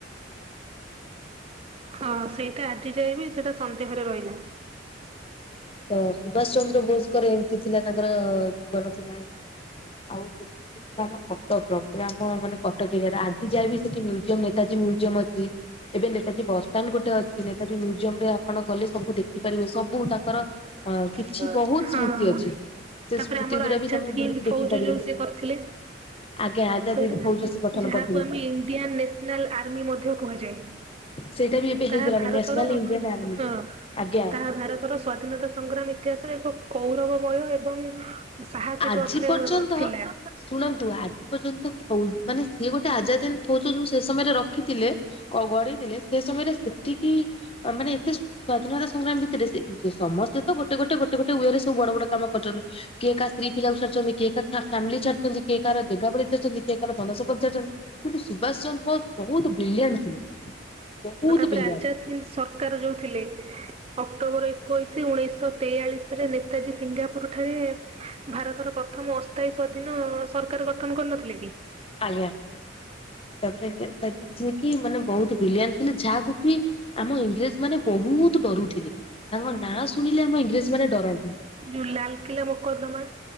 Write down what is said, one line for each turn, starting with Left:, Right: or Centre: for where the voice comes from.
Right: ହଁ ସେଇଟା ଆଜି ଯାଇଏବି ସେଇଟା ସନ୍ଦେହରେ ରହିଲା।
Left: ତ ସୁଭାଷ ଚନ୍ଦ୍ର ବୋଷଙ୍କର ଏମିତି ଥିଲା ତାଙ୍କର ଜୀବନ ଥିଲା ଆଉ ଆମ କଟକ ର ପୁରା ଆମ ମାନେ କଟକ ଏରିଆର ଆଜି ଯାଏବିି ସେଠି ମ୍ୟୁଜିୟମ୍ ନେତାଜୀ ମ୍ୟୁଜିୟମ୍ ଅଛି। ଏବେ ନେତାଜୀ ବସଷ୍ଟାଣ୍ଡ ଗୋଟେ ଅଛି ନେତାଜୀ ମ୍ୟୁଜିୟମ ରେ ଆପଣ ଗଲେ ସବୁ ଦେଖିପାରିବେ ସବୁ ତାଙ୍କର ଅ କିଛି
Right: <unintelligible>
Left: ବହୁତ
Right: ହୁଁ।
Left: ସ୍ମୃତି ଅଛି। ସେ
Right: ତାପରେ
Left: ସ୍ମୃତି
Right: ଆମର
Left: ଗୁରା
Right: ଆଜାଦ୍
Left: ବି ତମେ
Right: ହିନ୍ଦ୍
Left: ବୁଲିକି ଦେଖିପାରିବେ।
Right: ଫୌଜ ଯୋଉ ସେ କରିଥିଲେ?
Left: ଆଜ୍ଞା ଆଜାଦି
Right: ସେଟା
Left: ଫୌଜ ସେ ଗଠନ
Right: ଯାହାକୁ
Left: କରିଥିଲେ
Right: ଆମେ ଇଣ୍ଡିଆନ୍ ନ୍ୟାସନାଲ ଆର୍ମି ମଧ୍ୟ କୁହାଯାଏ।
Left: ସେଇଟା ବି ଏବେ ହେଇଗଲାଣି
Right: ତାହା ଭାରତର
Left: ନ୍ୟାସନାଲ
Right: ହଁ
Left: ଇଣ୍ଡିଆନ ଆର୍ମି ଆଜ୍ଞା।
Right: ତାହା ଭାରତର ସ୍ଵାଧୀନତା ସଂଗ୍ରାମ ଇତିହାସରେ ଏକ କୌରବମୟ ଏବଂ ସାହସିକ
Left: ଆଜି
Right: ଅଧ୍ୟ୍ୟାୟ
Left: ପର୍ଯ୍ୟନ୍ତ
Right: ନଥିଲା।
Left: ଶୁଣନ୍ତୁ ଆଜି ପର୍ଯ୍ୟନ୍ତ ଫୌ ମାନେ ସିଏ ଗୋଟେ ଆଜାଦ୍ ହିନ୍ଦ୍ ଫୌଜ ଯୋଉ ସେ ସମୟରେ ରଖିଥିଲେ? ଗଢିଇଥିଲେ ସେ ସମୟରେ ସେତିକି ମାନେ ଏତେ ସ୍ଵାଧୀନତା ସଂଗ୍ରାମୀ ଭିତରେ ସେ ସମସ୍ତେ ତ ଗୋଟେ ଗୋଟେ ଗୋଟେ ଗୋଟେ ଓଏ ରେ ସବୁ ବଡ ବଡ କାମ କରିଛନ୍ତି। କିଏ କା ସ୍ତ୍ରୀ ପିଲାକୁ ଛାଡିଛନ୍ତି କିଏ କାହାର ଫାମିଲି ଛାଡିଛନ୍ତି କିଏ କାହାର ଜାଗାବାଡି ଛାଡିଛନ୍ତି କିଏ କାହାର ଧନସମ୍ପତି ଛାଡିଛନ୍ତି। କିନ୍ତୁ ସୁଭାଷ ଚନ୍ଦ୍ର ବୋଷ ବହୁତ ବ୍ରିଲିଆଣ୍ଟ୍ ଥିଲେ। ବହୁତ
Right: ଆଜାଦ୍
Left: ବ୍ରିଲିଆଣ୍ଟ
Right: ହିନ୍ଦ୍ ସରକାର ଯୋଉଥିଲେ ଅକ୍ଟୋବର ଏକୋଇଶି ଉଣେଇଶହ ତେୟାଳିଶିରେ ନେତାଜୀ ସିଙ୍ଗାପୁର ଠାରେ ଭାରତର ପ୍ରଥମ ଅସ୍ତାଇ ସ୍ୱାଧୀନ ସରକାର ଗଠନ କରିନଥିଲେ କି?
Left: ଆଜ୍ଞା ତାପରେ କି ମାନେ ବହୁତ ବ୍ରଲିଆଣ୍ଟ୍ ଥିଲେ ଯାହାକୁ କି? ଆମ ଇଂରେଜମାନେ ବହୁତ ଡରୁଥିଲେ ତାଙ୍କ ନାଁ ଶୁଣିଲେ ଆମ ଇଂରେଜ ମାନେ ଡରନ୍ତି।
Right: ଯଉ ଲାଲକିଲା ମକଦ୍ଦମା